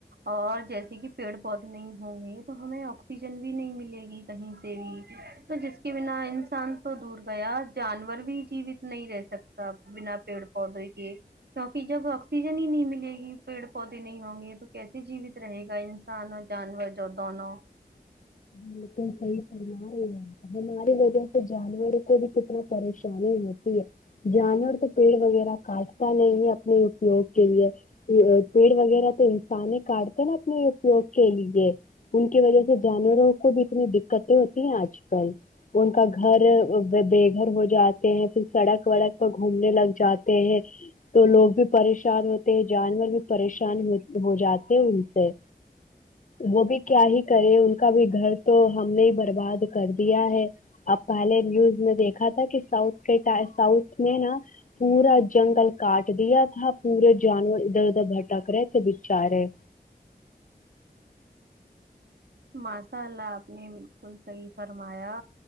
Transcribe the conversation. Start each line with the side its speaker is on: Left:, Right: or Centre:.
Right: اور جیسے کہ پیڑ پودے نہیں ہوں گے تو ہمیں آکسیجن بھی نہیں ملے گی کہیں سے بھی تو جس کے بنا انسان تو دور گیا جانور بھی جیوت نہیں رہ سکتا بنا پیڑ پودے کے کیونکہ جب آکسیجن ہی نہیں ملے گی پیڑ پودے نہیں ہوں گے تو کیسے جیوت رہے گا انسان اور جانور دونوں
Left: لیکن صحیح فرم رہے ہیں ہماری وجہ سے جانور کو بھی کتنا پریشانی ہوتی ہے جانور تو پیڑ وغیرہ کاٹتا نہیں اپنے اپیوگ کے لیے پیڑ وغیرہ تو انسان ہی کاٹتے نا اپنے اپیوگ کے لیے ان کی وجہ سے جانوروں اتنی دقتیں ہوتی ہیں آج کل ان کا گھر بے گھر ہو جاتے ہیں پھر سڑک وڑک پر گھومنے لگ جاتے ہیں تو لوگ بھی پریشان ہوتے ہیں جانور بھی پریشان ہو جاتے ہیں ان سے وہ بھی کیا ہی کرے ان کا بھی گھر تو ہم نے ہی برباد کر دیا ہے اب پہلے نیوز میں دیکھا تھا کہ ساؤتھ کے ساؤتھ میں نا پورا جنگل کاٹ دیا تھا پورے جانور ادھر ادھر بھٹک رہے کہ بچا رہے
Right: ماشاء اللہ آپ نے بالکل صحیح فرمایا